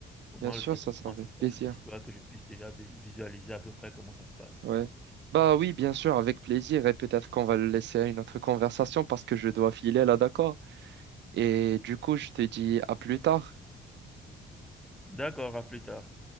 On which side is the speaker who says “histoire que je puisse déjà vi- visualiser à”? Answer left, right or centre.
Centre